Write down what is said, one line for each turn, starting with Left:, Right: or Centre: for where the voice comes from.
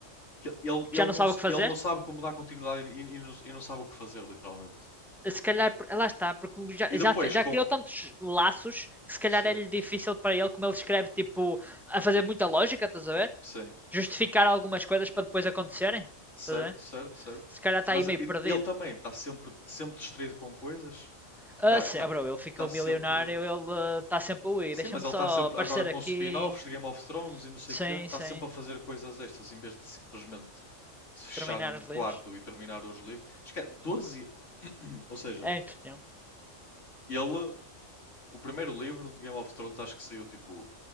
Left: que ele, ele,
Centre: Que já não
Left: não,
Centre: sabe o que fazer.
Left: ele não sabe como dar continuidade e, e não, e não sabe o que fazer, literalmente.
Centre: Se calhar, eh, lá está, porque já,
Left: E
Centre: já,
Left: depois
Centre: já
Left: com.
Centre: criou tantos laços que se calhar
Left: Sim,
Centre: é-lhe difícil para ele, como ele escreve, tipo, a fazer muita lógica, estás a ver?
Left: sim.
Centre: Justificar algumas coisas para depois acontecerem,
Left: Certo,
Centre: estás a ver?
Left: certo, certo.
Centre: se calhar está
Left: Mas
Centre: aí meio perdido.
Left: ele também está sempre, sempre distraído com coisas.
Centre: Ah,
Left: Está
Centre: sim,
Left: tá,
Centre: ah,
Left: tá
Centre: bro, ele ficou
Left: tá sempre.
Centre: milionário, ele está uh, sempre a ir.
Left: Sim,
Centre: Deixa-me
Left: mas ele
Centre: só
Left: está sempre
Centre: aparecer
Left: agora com
Centre: aqui.
Left: spin-offs de Game of Thrones e não sei
Centre: Sim,
Left: o quê, está
Centre: sim.
Left: sempre a fazer coisas extras em vez de simplesmente se fechar
Centre: Terminar
Left: num
Centre: os
Left: quarto
Centre: livros.
Left: e terminar os livros. Acho que é 12, <clears throat> ou seja,
Centre: É impossível.
Left: ele, o primeiro livro de Game of Thrones acho que saiu tipo